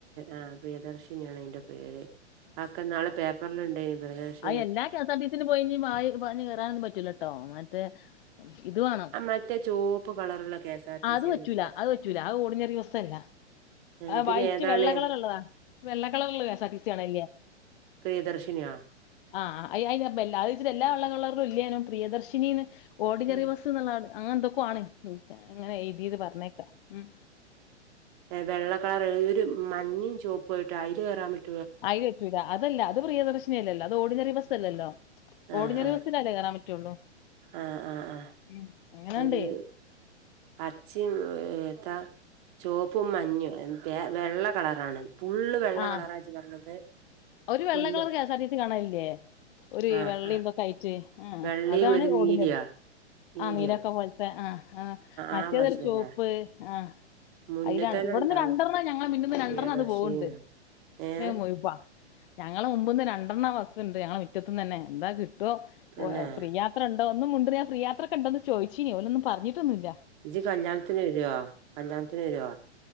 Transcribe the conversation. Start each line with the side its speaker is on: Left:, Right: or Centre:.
Right: ആഹ് പ്രിയദർശിനിയാണ് അയ്ന്റെ പേര് ആക്കെ നാള് പേപ്പർലിണ്ടേനി പ്രിയദർശ
Left: അ എല്ലാ കെ എസ് ആർ ടി സിന് പോയിഞ് പറഞ്ഞഞ് കയറാനും പറ്റൂലട്ടോ മറ്റേ ഇത് വേണം
Right: ആ മറ്റേ ചോപ്പ് കളറുള്ള കെ എസ് ആർ ടി
Left: അത്
Right: സി ആണ്
Left: വച്ചൂല
Right: ഇജ്ജ് പറഞ്ഞത്
Left: അത് വെച്ചൂല ആ ഓർടിനറി ബസ്സല്ല
Right: ഏഹ് പിന്നെ
Left: വൈറ്റ്
Right: ഏതാണ്
Left: വെള്ള കളർള്ളതാ വെള്ള കളർള്ള K S R T C കാണെല്ലേ
Right: പ്രിയദർശിനിയാ
Left: ആഹ് അ അപ്പ എല്ലാെച്ചിട്ട എല്ലാ വെള്ളരും ഇല്ലനും പ്രിയദർശിനിന്ന് ഓഡിനറി
Right: ആഹ്
Left: ട് അങ്ങെ എന്തൊക്ക ആണ് അങ്ങനെ എഴുതിയത് പറഞ്ഞേക്കാം ഉം
Right: വെള്ളക്കളർ ഒരു മഞ്ഞും ചുവപ്പയിട്ടാ അയില് കേയറാൻ പറ്റ
Left: ആയില് പറ്റൂല അത്ല്ല അത് പ്രിയദർശിനിയ അല്ലല്ലോ അത് ഓർടിനറി ബസ് അല്ലല്ലോ
Right: ആഹ്
Left: ഓഡിനറിബസ്സിലല്ലേ
Right: ആഹ്
Left: കേറാൻ പറ്റുള്ളൂ
Right: ആഹ് ആഹ് ആഹ്
Left: ഉം അങ്ങനെണ്ട്
Right: ഒരു പച്ചും ഏതാ ചോപ്പും മഞ്ഞും വ വെള്ള കളറാണ് ഫുള്ള് വെള്ള
Left: ആഹ്
Right: കളറാജ് പറഞ്ഞത്
Left: ഒരു വെള്ള
Right: full
Left: colour K S R T C കാണലില്ലേ ഒരു
Right: ആഹ്
Left: വെള്ളും
Right: ആഹ്
Left: ഇന്തക്കൊ ആയിട്ട് ആഹ്
Right: വെള്ളിയും
Left: അതാണ്
Right: ഒരു നീലിയോ
Left: ഓട്നറി
Right: നീലിയോ
Left: ആഹ് നീരൊക്കെ പോലത്തെ ആഹ് ആഹ് മറ്റേതൊരു
Right: ആ ബസ്സല്ലേ
Left: ചോപ്പ് ആഹ്
Right: മുന്നിൽ
Left: അയിലാണ്
Right: തന്നെ
Left: ഇവിടന്ന്
Right: ഉണ്ടാവും
Left: രന്ദ്രേണംണ്ണം ഞങ്ങൾ മിന്നുന്നന്ന
Right: പ്രിയദർശിന്ന്
Left: രൻഡ്രേണ്ണം അത് പോകണ്ട് പക്ഷേ
Right: ഏഹ്
Left: പാ ഞങ്ങളു മുമ്പിന്ന് രണ്ടെണ്ണം വസ് ഉണ്ട് ഞങ്ങടെ മിറ്റത്തൂന്നന്നെ എന്താ കിട്ടുവോ
Right: തന്നെ
Left: ഓഹ് ഫ്രീയാ അത്രണ്ടോ ഒന്നും മുൻഡ്രിയാ ഫ്രീ യാത്രക്കൊണ്ടോന്ന് ചോയിച്ചീനി ഓലൊന്നും പറഞ്ഞിട്ടൊന്നില്ല
Right: ഇജ് കല്യാണത്തിന് വര്യോ കല്യാണത്തിന് വര്യോ